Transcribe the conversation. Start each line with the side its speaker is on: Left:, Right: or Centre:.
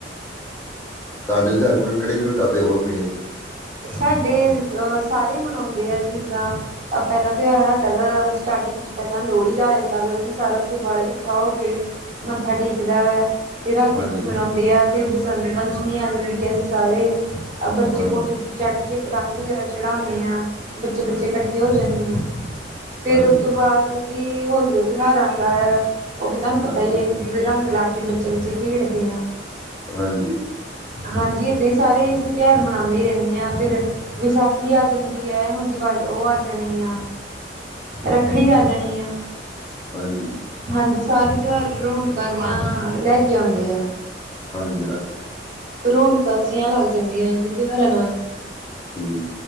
Left: ਤੁਡਡੀ ਕਿਹੜੀ ਕਿਹੜ ਕਰਦੇ ਹੋਰ? ਮੇਨ <unintelligible>
Right: ਸਾਡੇ ਅਹ ਸਾਰੇ ਮਨਾਉਂਦੇ ਆ ਜੀ ਇੱਦਾਂ। ਪਹਿਲਾ ਤਿਉਹਾਰ ਸਾਡਾ ਤਾਂ, ਸਟਾਰਟਿੰਗ ਪਹਿਲਾਂ ਲੋਹੜੀ ਦਾ ਆ ਜਾਂਦਾ ਵਾ ਉਹ ਵੀ ਸਾਰਾ ਪਰਿਵਾਰ ਇਕੱਠਾ ਹੋ ਕੇ, ਮੱਥਾ ਟੇਕਦਾ ਵਾ। ਤੇ ਰਲ
Left: ਹਾਂਜੀ
Right: ਮਿਲ ਕੇ ਮਨਾਉਂਦੇ ਆ, ਫਿਰ ਬਸੰਤ ਪੰਚਮੀ ਆ ਜਾਂਦੀ ਐ, ਅਸੀਂ ਸਾਰੇ ਬੱਚੇ
Left: ਹਾਂਜੀ
Right: ਕੋਠੇ 'ਚ ਚੜ੍ਹ ਕੇ ਪਤੰਗ ਵਗੈਰਾ ਚੜਾਨੇ ਆ, ਬੱਚੇ-ਬੱਚੇ
Left: ਹਾਂਜੀ
Right: ਕ ਇਕੱਠੇ ਹੋ ਜਾਂਦੇ ਹਾਂ, ਫੇਰ
Left: ਹਾਂਜੀ
Right: ਉਸਤੋ ਬਾਅਦ ਜੀ ਹੋਲੀ ਦਾ ਤਿਉਹਾਰ ਆਉਂਦਾ ਹੈ। ਉਹ ਵੀ ਤੁਹਾਨੂੰ ਪਤਾ
Left: ਹਾਂਜੀ
Right: ਹੀ ਹੈ ਇੱਕ-ਦੂਜੇ ਦੇ ਰੰਗ ਲਾ ਕੇ ਬੱਚੇ-ਬੱਚੇ ਖੇਡਦੇ ਆ।
Left: ਹਾਂਜੀ।
Right: ਹਾਂਜੀ ਏਦਾਂ ਹੀ ਸਾਰੇ ਅਸੀਂ ਤਿਉਹਾਰ ਮਨਾਉਂਦੇ ਹੀ ਰਹਿੰਦੇ ਹਾਂ। ਯਾਂ ਫਿਰ ਵਿਸਾਖੀ ਆ ਜਾਂਦੀ ਹੈ। ਹੁਣ ਦੀਵਾਲ ਉਹ ਆ ਜਾਣੇ ਆ। ਰੱਖੜੀ ਆ ਜਾਣੀ ਆ।
Left: ਹਾਂਜੀ।
Right: ਹਾਂਜੀ, ਸਾਰੇ ਤਿਉਹਾਰ ਰੌਣਕਾਂ ਜਿਆਂ ਲੈ ਕੇ ਆਉਂਦਿਆ।
Left: ਹਾਂਜੀ-ਹਾਂਜੀ।
Right: ਰੌਣਕਾਂ ਜਿਹੀਆਂ ਲੱਗ ਜਾਂਦੀਆਂ ਜਿ ਤਿਉਹਾਰਾਂ ਨਾਲ।
Left: ਹੂੰ